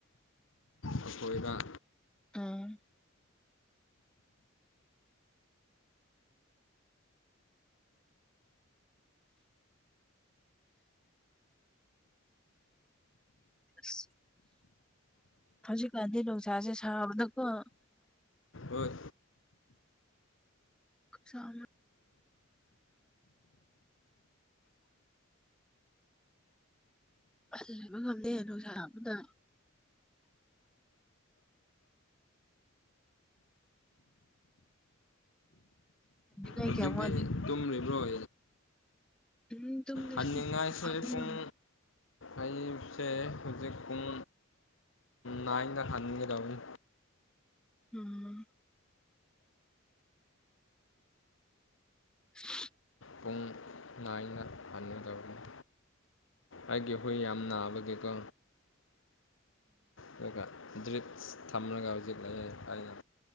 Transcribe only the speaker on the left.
ꯑꯩꯈꯣꯏꯗ
ꯍꯣꯏ
ꯍꯧꯖꯤꯛꯇꯤ
ꯇꯨꯝꯔꯤꯕ꯭ꯔꯣ
ꯍꯟꯉꯥꯁꯤ
ꯄꯨꯡ ꯑꯩꯁꯦ ꯍꯧꯖꯤꯛ ꯄꯨꯡ ꯅꯥꯏꯟꯗ ꯍꯟꯒꯗꯧꯅꯤ
ꯄꯨꯡ ꯅꯥꯏꯅ ꯍꯟꯒꯗꯧꯕꯅꯤ ꯑꯩꯒꯤ ꯍꯨꯏ ꯌꯥꯝ ꯅꯥꯕꯒꯤꯀꯣ ꯑꯗꯨꯒ ꯗ꯭ꯔꯤꯛꯁ ꯊꯝꯂꯒ ꯍꯧꯖꯤꯛ ꯑꯩꯅ